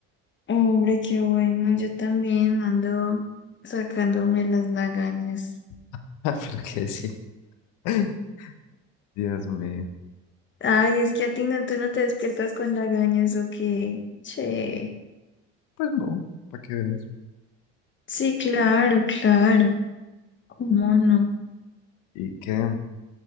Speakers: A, on the left; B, on the left.
A: Hombre, qué bueno, yo también ando sacándome las lagañas.
B: <laughs> Ah, pero qué decir. <laughs> Dios mío.
A: Ay, es que a ti no, tú no te despiertas con lagañas o qué. Che.
B: Pues no, para que veas.
A: Sí, claro, claro. ¿Cómo no?
B: ¿Y qué?